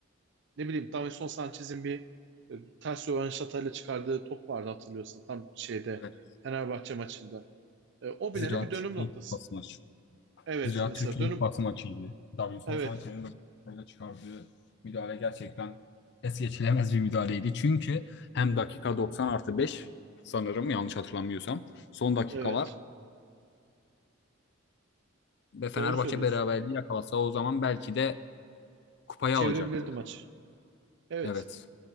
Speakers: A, on the right; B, on the left.
A: ne bileyim Davinson Sanchez'in bir e, ters rövanşatayla çıkardığı top vardı hatırlıyorsan tam şeyde
B: Evet.
A: Fenerbahçe maçında. E, o
B: Zira
A: bilene bir dönüm
B: Türkiye
A: noktası.
B: Kupası maçı.
A: Evet
B: Zira
A: mesela
B: Türkiye
A: dönüm
B: ilk batı maçıydı. Davinson
A: evet
B: Sanchez'in dakikayla çıkardığı müdahale gerçekten es geçilemez bir müdahaleydi. Çünkü hem dakika 90 artı 5 sanırım yanlış hatırlamıyorsam son dakikalar
A: evet
B: ve Fenerbahçe
A: doğru söylüyorsun.
B: beraberliği yakalasa o zaman belki de kupayı
A: Çevirebilirdi
B: alacaktı.
A: maçı. Evet.
B: Evet.